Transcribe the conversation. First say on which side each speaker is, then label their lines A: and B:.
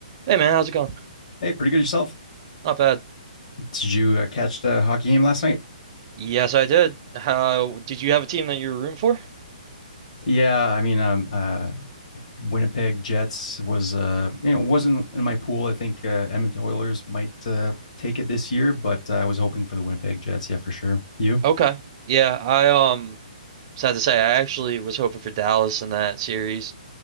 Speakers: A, on the right; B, on the left.
A: Hey man, how's it going?
B: Hey, pretty good yourself.
A: Not bad.
B: Did you uh, catch the hockey game last night?
A: Yes, I did. How did you have a team that you were rooting for?
B: Yeah, I mean, um, uh, Winnipeg Jets was, uh, you know, wasn't in my pool. I think uh, Edmonton Oilers might uh, take it this year, but uh, I was hoping for the Winnipeg Jets. Yeah, for sure. You?
A: Okay. Yeah, I um sad to say, I actually was hoping for Dallas in that series.